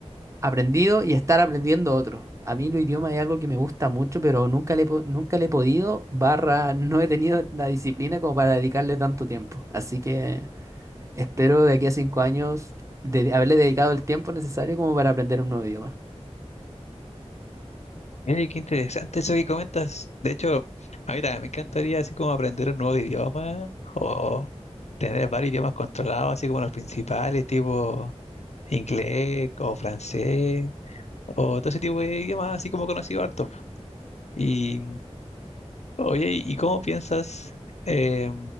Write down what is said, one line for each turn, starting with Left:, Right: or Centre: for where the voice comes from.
Right: aprendido y estar aprendiendo otro. A mí los idiomas es algo que me gusta mucho, pero nunca le, he po- nunca le he podido, barra, no he tenido <laughs> la disciplina como para dedicarle tanto tiempo. Así que espero de aquí a cinco años de haberle dedicado el tiempo necesario como para aprender un nuevo idioma.
Left: Oye, qué interesante eso que comentas. De hecho, a mí también me encantaría así como aprender un nuevo idioma o tener varios idiomas controlados, así como los principales, tipo inglés o francés o todo ese tipo de idiomas, así como conocido harto. Y, oye, ¿y cómo piensas, eh,